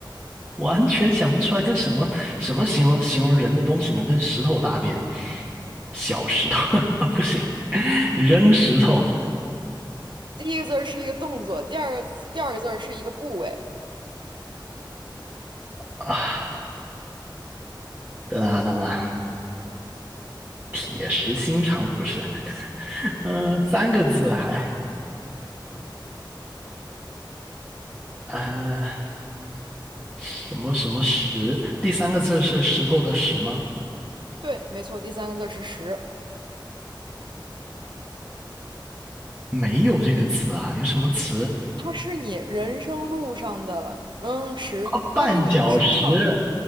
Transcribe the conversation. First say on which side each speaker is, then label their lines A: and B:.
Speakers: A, on the right; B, on the right.
A: 完全想不出来跟什么什么形容形容人的东西能跟石头搭边。小石头 <laughs> 不行，扔石头
B: 第一个字儿是一个动作，第二个第二个字儿是一个部位，
A: 啊！等啊等啊，铁石心肠不是？<laughs> 嗯、三个字还啊什么什么石？第三个字是石头的石吗？
B: 对，没错，第三个字儿是时。
A: 没有这个词啊，有什么词
B: 它是你人生路上的嗯十，
A: 啊？
B: 它是你职场。
A: 绊脚石，